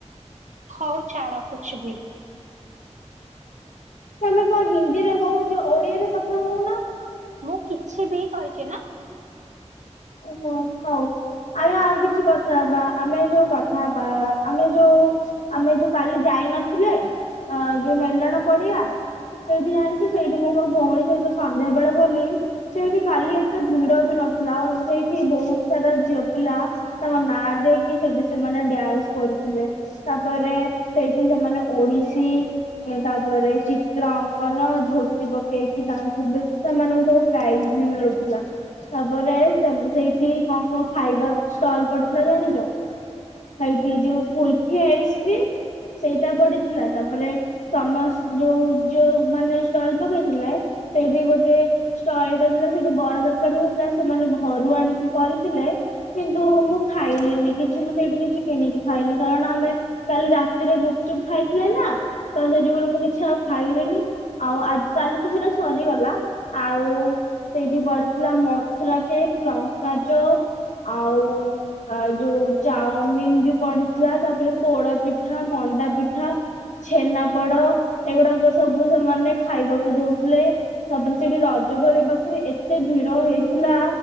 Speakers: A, on the right (about 85°); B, on the left (about 85°).
A: ହଉ ଛାଡ କୁଛ ବି।
B: ତମେ କଣ ହିନ୍ଦୀରେ କହୁଛ ଓଡିଆରେ କଥା ହଉନ।
A: ମୁଁ କିଛି ବି କହିଛି ନା।
B: ଓ ହୋ ହଉ। ଆରେ ଆଉ କିଛି କଥା ହବା ଆମେ ଯୋଉ କଥା ହବା ଆମେ ଯୋଉ ଆମେ ଯୋଉ କାଲି ଯାଇ ନଥିଲେ ଅ ଯୋଉ ମେଲଣ ପଡିଆ। ସେଇଠି ଜାଣିଛୁ ସେଇଠି ମୁଁ ମୋ ଭଉଣୀ ସହିତ ସନ୍ଧ୍ୟା ବେଳେ ଗଲି। ସେଇଠି କାଲି ଏତେ ଭିଡ ବି ନଥିଲା ଆଉ ସେଇଠି ବହୁତ ସାରା ଝିଅ ପିଲା। ତମ ନା ଦେଇକି ସେଠି ସେମାନେ ଡ୍ୟାନ୍ସ କରୁଥିଲେ ତାପରେ ସେଇଠି ସେମାନେ ଓଡିଶୀ। ଏଁ ତାପରେ ଚିତ୍ର ଅଙ୍କନ ଝୋଟି ପକେଇକି ତାଙ୍କୁ <unintelligible> ସେମାନଙ୍କୁ। ପ୍ରାଇଜ୍ ବି ମିଳୁଥିଲା ତାପରେ। ସେମ ସେଇଠି କଣ କଣ ଖାଇବା ଷ୍ଟଲ ପଡିଥିଲା ଜାଣିଚ। ହେଇଠି ଯୋଉ କୁଲଫି ଆଇସ୍କ୍ରିମ୍ ସେଇଟା ପଡିଥିଲା ତାପରେ। ସମସ୍ ଯୋଉ ଯୋଉ ମାନେ ଷ୍ଟଲ ପକେଇଥିଲେ ସେଇଠି ଗୋଟେ। ଷ୍ଟଲଟେ ଥିଲା ସେଇଠୁ ବରା ତରକାରୀ ହଉଥିଲା ସେମାନେ ଘରୁ ଆଣିକି କରିଥିଲେ। କିନ୍ତୁ ମୁଁ ଖାଇଲିନି କିଛି ମୁଁ ସେଇଠୁ କିଛି କିଣିକି ଖାଇନି କାରଣ ଆମେ। କାଲି ରାତିରେ ଗୁପଚୁପ୍ ଖାଇଥିଲେ ନା ତ ସେ ଯୁଗୁରୁ ମୁଁ କିଛି ଆଉ ଖାଇଲିନି। ଆଉ ଆଜ କାଲ ତ ସେଟା ସରିଗଲା ଆଉ। ସେଇଠି ପଡିଥିଲା ମଥୁରା କେକ୍ ଲଙ୍କା ଚପ୍ ଆଉ। ଆଉ ଯୋଉ ଚାଉମିିନ ବି ପଡିଥିଲା ତାପରେ ପୋଡା ପିଠା ମଣ୍ଡା ପିଠା। ଛେନାପୋଡ ଏଗୁଡାକ ସବୁ ସେମାନେ ଖାଇବାକୁ ଦଉଥିଲେ। ତାପରେ ସେଇଠେ ରଜ ଦୋଳି ପାଖେରେ ଏତେ ଭିଡ ହେଇଥିଲା।